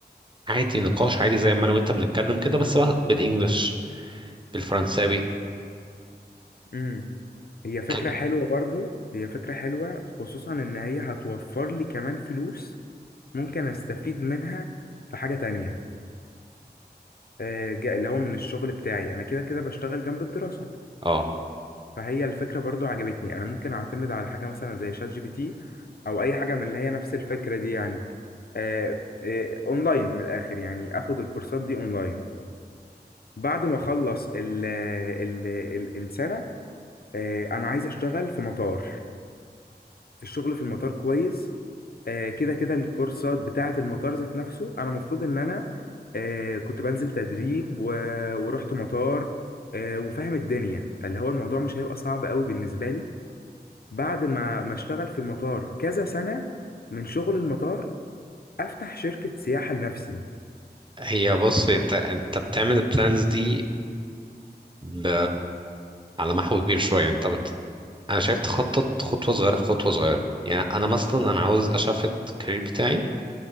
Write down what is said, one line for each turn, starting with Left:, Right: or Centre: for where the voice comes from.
Right: عادي نقاش عادي زي ما أنا وأنت بنتكلم كده بس بقى بالإنجليش بالفرنساوي
Left: امم هي فكرة
Right: كده
Left: حلوة برضو هي فكرة حلوة خصوصا ان هي هتوفر لي كمان فلوس ممكن استفيد منها في حاجة تانية آه، جا- اللي هو من الشغل بتاعي انا كده كده بشتغل جنب الدراسة
Right: أه
Left: فهي الفكرة برضو عجبتني انا ممكن اعتمد على حاجة مثلا زي شات جي بي تي او اي حاجة من اللي هي نفس الفكرة دي يعني آه، آه، اونلاين من الاخر يعني اخد الكورسات دي اونلاين بعد ما اخلص ال ال ال السنة آه، انا عايز اشتغل في مطار الشغل في المطار كويس آه، كده كده الكورسات بتاعة المطار ذات نفسه أنا المفروض إن أنا آه، كنت بنزل تدريب و- ورحت مطار آه، وفاهم الدنيا فاللي هو الموضوع مش هيبقى صعب قوي بالنسبة لي بعد ما ما اشتغل في المطار كذا سنة من شغل المطار أفتح شركة سياحة لنفسي
Right: هي بص أنت أنت بتعمل البلانز دي ب... على محو كبير شوية أنت بت... أنا شايف تخطط خطوة صغيرة في خطوة صغيرة يعني أنا مثلا أنا عاوز أشفت الكارير بتاعي